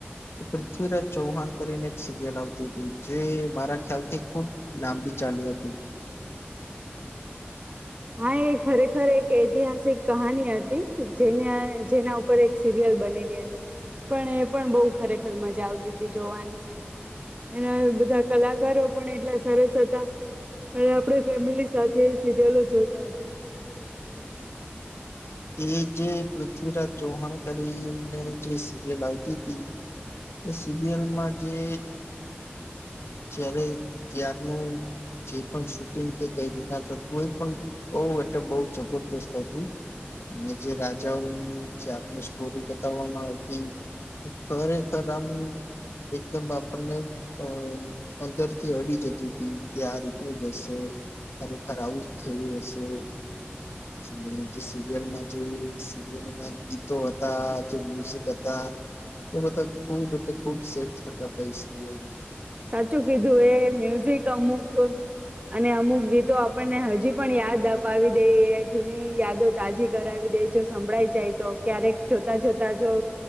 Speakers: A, on the left; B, on the right.
A: તો પૃથ્વીરાજ ચૌહાણ કરીને એક સિરિયલ આવતી હતી જે મારા ખ્યાલથી ખૂબ લાંબી ચાલી હતી.
B: હા એ ખરેખર એક ઐતિહાસિક કહાની હતી. જેને જેના ઉપર એક સિરિયલ બનેલી હતી પણ એ પણ બહુ ખરેખર મજા આવતી હતી જોવાની. એના બધા કલાકારો પણ એટલા સરસ હતા પણ આપણે ફેમિલી સાથે સિરિયલો જોતા હતા.
A: એ જે પૃથ્વીરાજ ચૌહાણ કરીને જે સિરિયલ આવતી હતી એ સિરિયલમાં જે જ્યારે ત્યારનું જે પણ શૂટિંગ કે કઈ રીતના થતું હો એ પણ બહુ એટલે બહુ જબરદસ્ત હતું. અને જે રાજાઓની જે આપને સ્ટોરી બતાવવામાં આવતી એ ખરેખર આમ એકદમ આપણને અ અંદરથી અડી જતી હતી કે આ રીતને જ હશે ખરેખર આવું જ થયું હશે. અને જે સીરીયલો માં જે સીરીયલના ગીતો હતા. મ્યુઝિક હતા ખુબ એટલે ખુબ ખુબ સેટ થતાં હતા સિરયલમાં.
B: સાચું કીધું એ મ્યુઝિક અમુક અને અમુક ગીતો આપણને હજી પણ યાદ અપાવી દે જૂની યાદો તાજી કરાવી દે જો સંભળાય જાય તો ક્યારેક જોતા જોતા જો